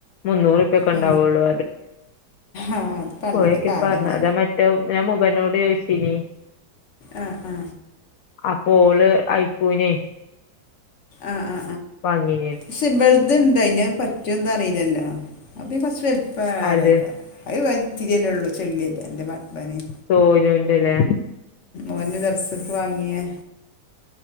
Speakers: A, on the left (about 65°); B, on the left (about 50°).
A: മുന്നൂറുപ്യൊക്കെ ഉണ്ടാവുള്ളൂ
B: ആ ആ അത് പണ്ടത്തെ
A: പോയക്കെപ്പ
B: കാലമല്ല
A: മറ്റേ ഞാൻ മുബനോട് ചോയിച്ചിനി.
B: ആ ആ
A: അപ്പോഓള്, ഐഫുനെ
B: ആ ആ
A: വാങ്ങി
B: ക്ഷ, ഇവൾദെ ഇണ്ടായിനി അഹ് പറ്റന്താ അറീലല്ലോ, അഹ് കുറച്ച് വലുപ്പ ഏറയ്ക്കാരം
A: ആരത്
B: അഹ് <unintelligible> ചെള്ളിയല്ല എ്റെ <unintelligible>
A: സോയിനന്റെല്ലേ.
B: ഓന് ദർസ്ക്ക്‌വാങ്ങിയേ.